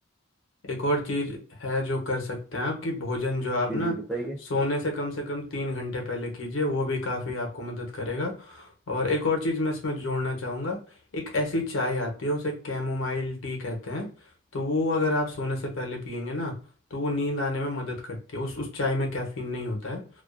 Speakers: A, on the left; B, in the centre.
A: एक और चीज़ है जो कर सकते हैं आप कि भोजन जो आप
B: जी
A: ना
B: जी बताइए
A: सोने से कम से कम तीन घंटे पहले कीजिए वो भी काफ़ी आपको मदद करेगा और एक और चीज़ मैं इसमें जोड़ना चाहूँगा एक ऐसी चाय आती है उसे कैमोमाइल टी कहते हैं तो वो अगर आप सोने से पहले पियेंगे ना तो वो नींद आने में मदद करती है उस उस चाय में कैफीन नहीं होता है